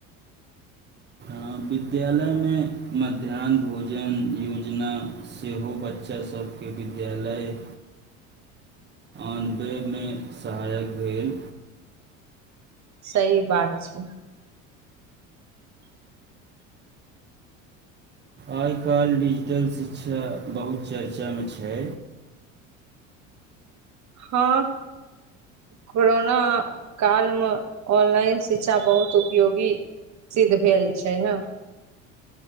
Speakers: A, on the right (about 25°); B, on the right (about 45°).
A: हँ, विद्यालयमे मध्याह्न भोजन योज- जेना सेहो बच्चा सभकेँ विद्यालय आनबयमे सहायक भेल।
B: सही बात छै।
A: आइ-काल्हि डिजिटल शिक्षा बहुत चर्चामे छै।
B: हँ, कोरोना कालमे ऑनलाइन शिक्षा बहुत उपयोगी सिद्ध भेल छै ने।